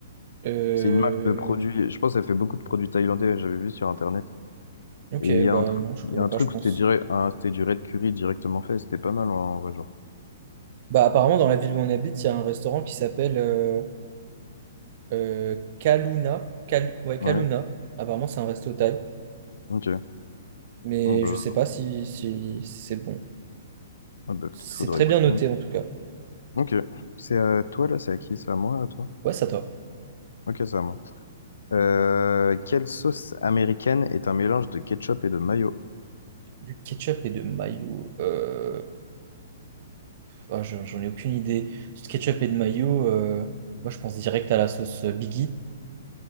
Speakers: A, on the right; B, on the left.
A: euh,
B: C'est une marque de produits. Je pense qu'elle fait beaucoup de produits thaïlandais, j'avais vu sur Internet.
A: Ok,
B: Et il y
A: bah
B: a un, tr-
A: non, je
B: il
A: connais
B: y a un
A: pas,
B: truc,
A: je pense.
B: où c'était direct, un- c'était du red curry directement fait. C'était pas mal en vrai, genre.
A: Bah, apparemment, dans la ville où on habite, il y a un restaurant qui s'appelle euh, euh, Kaluna. Kal- Ouais, Kaluna.
B: Ouais,
A: Apparemment, c'est un resto thaï.
B: ok.
A: mais
B: Ah bah,
A: je sais pas si, si c'est bon.
B: ah bah,
A: C'est
B: peut-être faudrait
A: très
B: goûter.
A: bien noté en tout cas.
B: Ok. C'est à toi là, c'est à qui? C'est à moi, à toi?
A: Ouais, ça toi.
B: Ok, c'est à moi. Euh, quelle sauce américaine est un mélange de ketchup et de mayo?
A: Du ketchup et de mayo. euh, ah, j'en j'en ai aucune idée. Du ketchup et de mayo, euh, moi je pense direct à la sauce Biggie.